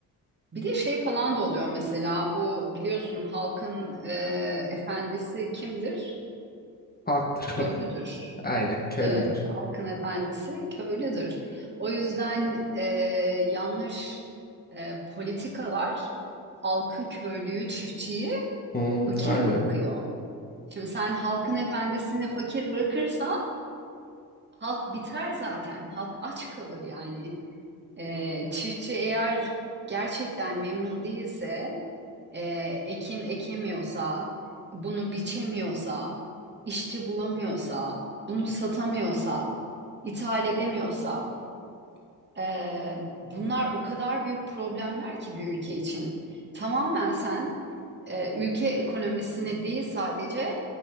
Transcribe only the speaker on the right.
Bir de şey falan da oluyor mesela bu biliyorsun halkın e, efendisi kimdir?
Köylüdür.
Evet, halkın efendisi köylüdür. O yüzden e, yanlış e, politikalar halkı, köylüyü, çiftçiyi
fakir
bırakıyor. Şimdi sen halkın efendisini fakir bırakırsan halk biter zaten. Halk aç kalır yani. E, çiftçi eğer gerçekten memnun değilse e, ekin ekemiyorsa, bunu biçemiyorsa, işçi bulamıyorsa, bunu satamıyorsa, ithal edemiyorsa, e, bunlar o kadar büyük problemler ki bir ülke için. Tamamen sen e, ülke ekonomisini değil sadece